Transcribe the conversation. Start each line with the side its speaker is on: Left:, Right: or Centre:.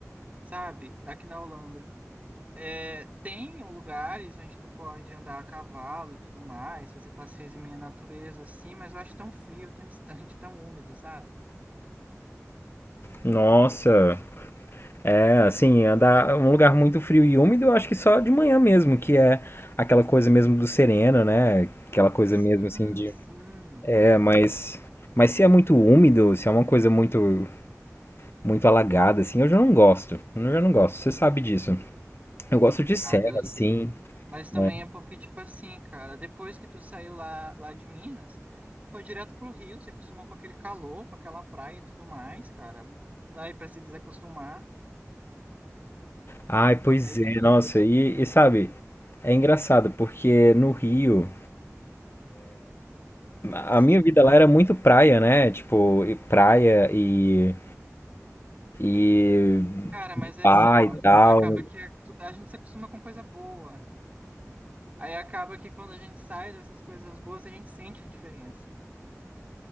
Right: sabe? Aqui na Holanda. É, tem lugares onde tu pode andar a cavalo e tudo mais, fazer passeios em meio à natureza, assim, mas eu acho tão frio, tão distante, tão úmido, sabe?
Left: Nossa, É, Assim, andar um lugar muito frio e úmido, eu acho que só de manhã mesmo, que é aquela coisa mesmo do sereno, né? Aquela coisa
Right: Sim,
Left: mesmo assim de.
Right: sim.
Left: É, mas. Mas se é muito úmido, se é uma coisa muito muito alagada, assim, eu já não gosto. Eu já não gosto, você sabe disso. Eu gosto de serra,
Right: Ah, eu sei.
Left: assim,
Right: Mas também
Left: né?
Right: é porque, tipo assim, cara, depois que tu saiu lá, lá de Minas, tu foi direto pro Rio, se acostumou com aquele calor, com aquela praia e tudo mais, cara. Daí pra se desacostumar,
Left: Ai, pois
Right: é difícil.
Left: é, nossa, e, e sabe, é engraçado, porque no Rio, a
Right: Sim.
Left: minha vida lá era muito praia, né? Tipo, e praia e, e
Right: Cara, mas é
Left: bar
Right: assim, ó.
Left: e tal.
Right: Acaba que a, a gente se acostuma com coisa boa. Aí acaba que quando a gente sai dessas coisas boas, a gente sente a diferença,